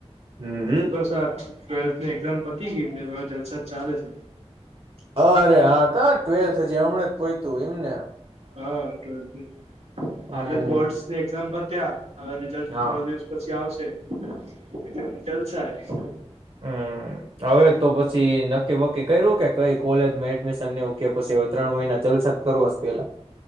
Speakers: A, on the right (about 55°); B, on the right (about 75°).
A: હમ હમ.
B: બસ આ ટ્વેલ્થની એક્ઝામ પતી ગઈ એટલે જલસાજ ચાલે છે
A: હા અરે હા કા ટ્વેલ્થ હજી હમણાં જ પોય તું એમને
B: હા ટ્વેલ્થની હાલ
A: હમ
B: જ બોર્ડસ ની એક્ઝામ પર ત્યા હવે રિઝલ્ટ
A: હા
B: થોડા દિવસ પછી આવશે એટલે રઝલ્ટ થાય
A: હમ હવે તો પછી નક્કીબકી કર્યું કે કઈ કોલેજમાં એડમિશન નેવું કે પછી હવે ત્ર મહિના ચ શત્કર વસ્ પેલા